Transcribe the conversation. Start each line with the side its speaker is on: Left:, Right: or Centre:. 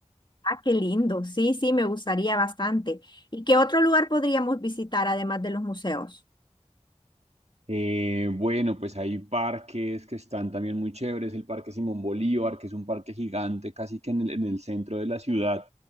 Left: Ah, qué lindo. Sí, sí, me gustaría bastante. ¿Y qué otro lugar podríamos visitar además de los museos?
Right: Eh, bueno, pues hay parques que están también muy chéveres. El Parque Simón Bolívar, que es un parque gigante casi que en el, en el centro de la ciudad,